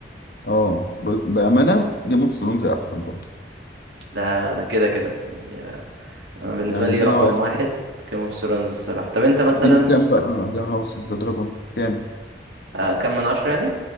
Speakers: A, on the left; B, on the right.
A: اه بس بأمانة جيم اوف ثرونز أحسن برضه
B: ده ده كده كده يعني آه، أنا بالنسبة
A: يعني
B: لي
A: ده
B: رقم
A: لو هياخد
B: واحد جيم اوف ثرونز الصراحة طب أنت مثلا
A: اديله كام بقى جيم هاوس اوف ذا دراجون كام
B: آه، كم من عشرة يعني